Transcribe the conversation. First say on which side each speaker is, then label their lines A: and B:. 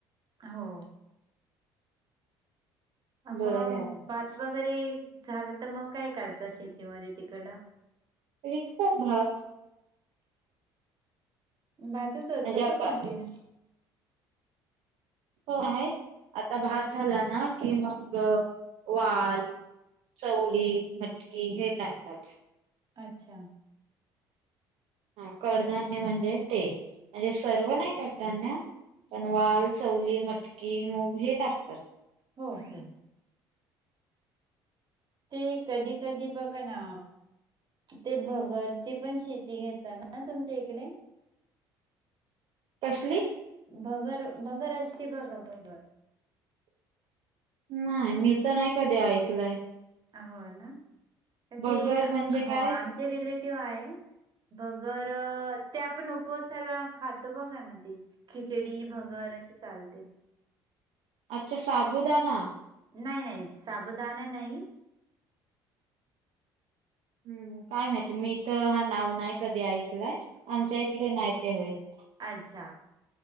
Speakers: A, on the right; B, on the right.
A: हो
B: बरं
A: मग भात वगैरे झालं तर मग काय करत शेतीमध्ये तिकडं?
B: विकतो भात.
A: भातच असतो
B: म्हणजे आता
A: का कंटिन्यू?
B: हो आता भात झाला ना की मग वाल चवळी, मटकी हे टाकतात.
A: अच्छा
B: ह कडधान्य म्हणजे ते म्हणजे सर्व नाही कडधान्य पण वाल, चवली, मटकी, मूग हे टाकतात.
A: हो हो ते कधी कधी बघ ना ते भगरची पण शेती घेतात ना तुमच्या इकडे?
B: कसली?
A: भगर भगर असते बघा भगर,
B: नाही मी तर नाही कधी ऐकलंय.
A: हो ना
B: बगर
A: ते
B: म्हणजे
A: हो
B: काय
A: आमचे रिलेटिव्ह आहे भगर ते आपण उपवासाला खातो बघा ना ते खिचडी भगर अशी चालते.
B: अच्छा साबुदाना
A: नाही नाही साबुदाणा नाही,
B: हम्म काय माहिती मी तर हा नाव नाही कधी ऐकलाय आमच्या इकडे नाही ते होईत.
A: अच्छा